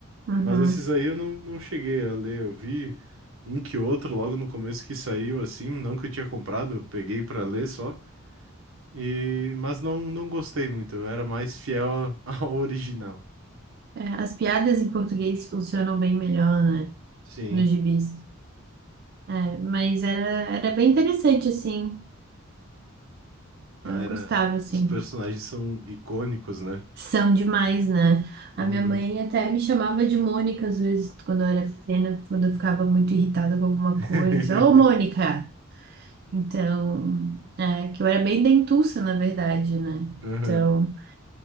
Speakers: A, on the right (about 50°); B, on the right (about 70°).
A: uhum.
B: Mas esses aí eu não, não cheguei a ler, eu vi um que outro logo no começo que saiu assim, não que eu tinha comprado, eu peguei para ler só. E, mas não, não gostei muito, eu era mais fiel a- <laughs> ao original.
A: É, as piadas em português funcionam bem melhor, né?
B: Sim,
A: Nos gibis. É, mas era, era bem interessante, assim.
B: ah,
A: Eu
B: era,
A: gostava, assim.
B: os personagens são icônicos, né?
A: São demais, né? A
B: São muito.
A: minha mãe até me chamava de Mônica, às vezes, quando eu era pequena, quando eu ficava muito irritada com alguma
B: <laughs>
A: coisa. Só, Ô, Mônica! Então, é, que eu era bem dentuça, na verdade, né?
B: Aham.
A: Então,